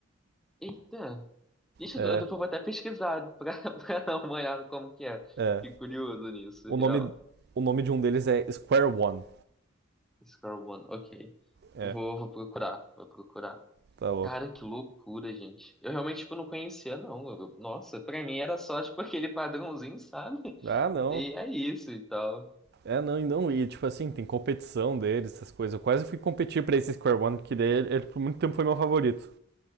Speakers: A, in the centre; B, on the right.
A: Eita. Deixa,
B: É,
A: eu eu depois vou até pesquisar pra, <laughs> pra dar uma olhada como que é.
B: é.
A: Fiquei curioso nisso,
B: O
A: real.
B: nome, o nome de um deles é Square One.
A: Score One, ok.
B: É,
A: Vou, vou procurar, vou procurar.
B: tá louco.
A: Cara, que loucura, gente. Eu realmente, tipo, não conhecia, não. Eu- nossa, pra mim era só, tipo, <laughs> aquele padrãozinho, sabe?
B: Ah, não.
A: <laughs> E é isso e tal.
B: É, não, e não, e tipo assim, tem competição deles, essas coisas. Eu quase fui competir pra esse Square One, que daí ele, ele por muito tempo foi meu favorito.